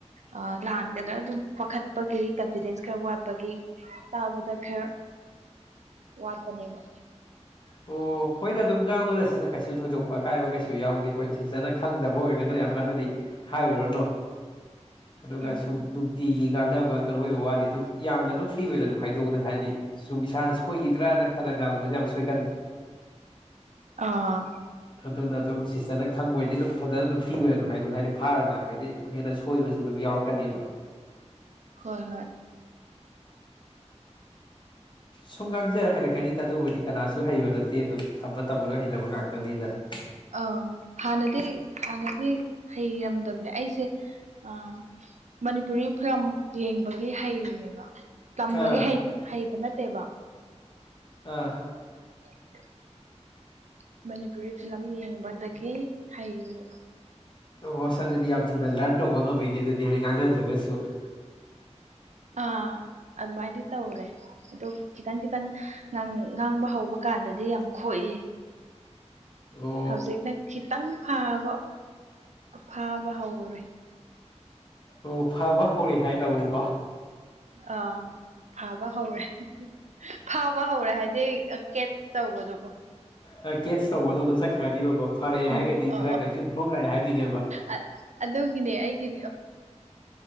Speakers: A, on the right; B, on the left.
A: ꯑ ꯂꯥꯟꯒꯗ꯭ꯔꯥ ꯑꯗꯨꯝ ꯄꯥꯈꯠꯄꯒꯤ ꯀꯟꯐꯤꯗꯦꯟꯁ ꯈꯔ ꯋꯥꯠꯄꯒꯤ ꯇꯥꯕꯗ ꯈꯔ ꯋꯥꯠꯄꯅꯦꯕ꯫
B: ꯑꯣ ꯍꯣꯏꯗ ꯑꯗꯨꯝ ꯉꯥꯡꯉꯨꯗ ꯁꯤꯅ ꯀꯩꯁꯨ ꯊꯣꯏꯗꯣꯛꯄ ꯑꯀꯥꯏꯕ ꯀꯩꯁꯨ ꯌꯥꯎꯗꯦ ꯍꯣꯏ ꯁꯤꯁꯆꯅ ꯈꯪꯗꯕ ꯑꯣꯏꯔꯒꯅ ꯌꯥꯝ ꯀꯟꯅꯗꯤ ꯍꯥꯏꯔꯨꯔꯅꯨ ꯑꯗꯨꯒ
A: ꯎꯝ
B: ꯁꯨꯝ ꯅꯨꯡꯇꯤꯒꯤ ꯌꯉꯥꯡꯅꯕ ꯀꯩꯅꯣ ꯑꯣꯏꯕ ꯋꯥꯗꯤ ꯑꯗꯨꯝ ꯌꯥꯡꯅ ꯑꯗꯨꯝ ꯐ꯭ꯔꯤ ꯑꯣꯏꯗ ꯑꯗꯨꯝ ꯍꯥꯏꯗꯧꯅ ꯍꯥꯏꯗꯤ ꯁꯨꯝ ꯏꯁꯥꯅ ꯁꯣꯏꯈꯤꯗ꯭ꯔꯅ ꯈꯜꯂ ꯉꯥꯡꯕꯁꯤ ꯌꯥꯝ ꯁꯣꯏ꯫
A: ꯑꯥ꯫
B: ꯑꯗꯨꯅ ꯑꯗꯨꯝ ꯁꯤꯁꯇꯔꯅ ꯈꯪꯕꯣꯏꯗꯤ ꯑꯗꯨꯝ ꯐꯖꯅ ꯑꯗꯨꯝ ꯐ꯭ꯔꯤ ꯑꯣꯏꯅꯗꯨꯝ ꯍꯥꯏꯗꫭ ꯍꯥꯏꯗꯤ ꯐꯥꯔ ꯉꯥꯡꯒ ꯗꯤ ꯑꯃꯨꯛ ꯍꯦꯟꯅ ꯁꯣꯏꯕꯁꯨ ꯑꯗꯨꯝ ꯌꯥꯎꯔꯛꯀꯅꯤꯕ꯫
A: ꯍꯣꯏ ꯍꯣꯏ꯫
B: ꯁꯨꯝ ꯉꯥꯡꯖꯔ ꯍꯩꯔꯛꯀꯅꯤꯗ ꯑꯗꯨꯕꯨꯗꯤ ꯀꯅꯥꯁꯨ ꯍꯩꯕ ꯅꯠꯇꯦ ꯑꯗꯨꯝ ꯇꯝꯕ ꯇꯝꯕ ꯂꯣꯏ ꯍꯩꯩꯅꯕ ꯉꯥꯛꯇꯅꯤꯗꯅ꯫
A: ꯑꯥ ꯍꯥꯟꯅꯗꯤ ꯍꯥꯟꯅꯗꯤ ꯍꯩꯔꯝꯗꯕꯅꯦ ꯑꯩꯁꯦ ꯑ ꯃꯅꯤꯄꯨꯔꯤ ꯐꯤꯂꯝ ꯌꯦꯡꯕꯒꯤ ꯍꯩꯔꯤꯅꯦꯕ꯫ ꯇꯝꯕꯒꯤ
B: ꯑꯥ
A: ꯍꯩꯇ ꯍꯩꯕ ꯅꯠꯇꯦꯕ꯫
B: ꯑꯥ꯫
A: <unintelligible> ꯃꯅꯤꯄꯨꯔꯤ ꯐꯤꯂꯝ ꯌꯦꯡꯕꯗꯒꯤ ꯍꯩꯔꯤꯅꯦꯕ꯫
B: ꯑꯣꯁ ꯑꯗꯨꯗꯤ ꯌꯥꯝ ꯊꯨꯅ ꯂꯔꯟ ꯇꯧꯕ ꯉꯝꯃꯤꯅꯦ ꯑꯗꯨꯗꯤ ꯍꯗꯤ ꯉꯥꯡꯅꯗ꯭ꯔꯒꯁꯨ꯫
A: <inaudible> ꯑꯥ ꯑꯗꯨꯃꯥꯏꯗꯤ ꯇꯧꯔꯦ꯫ ꯑꯗꯣ ꯈꯤꯇꯪ-ꯈꯤꯇꯪ ꯉꯪ ꯉꯥꯡꯕ ꯍꯧꯕ ꯀꯥꯟꯗꯗꯤ ꯌꯥꯝ ꯈꯣꯏꯌꯦ꯫
B: ꯑꯣ
A: ꯍꯧꯖꯤꯛꯅ ꯈꯤꯇꯪ ꯐꯕ ꯐꯥꯕ ꯍꯧꯔꯦ꯫
B: ꯑꯣ ꯐꯕ ꯍꯧꯔꯦ ꯍꯥꯏꯗꯧꯕꯀꯣ꯫
A: ꯑꯥ ꯐꯕ ꯍꯧꯔꯦ ꯐꯥꯕ ꯍꯧꯔꯦ ꯍꯥꯏꯗꯤ ꯀꯠ ꯇꯕꯣꯗꯧꯕ
B: ꯑ ꯀꯦꯠꯁ ꯇꯧꯕꯗꯣꯝꯗ ꯆꯠꯈ꯭ꯔꯅꯤꯕꯀꯣ ꯐꯔꯛꯑꯦ
A: ꯎꯝ
B: ꯍꯥꯏꯔꯒꯗꯤ
A: ꯑ
B: ꯈꯔ ꯀꯩꯅꯣ ꯏꯝꯄ꯭ꯔꯨꯚ ꯂꯥꯛꯑꯦ ꯍꯥꯏꯗꯣꯏꯅꯦꯕ
A: ꯑ ꯑꯗꯨꯒꯤꯅꯦ ꯑꯩꯒꯤ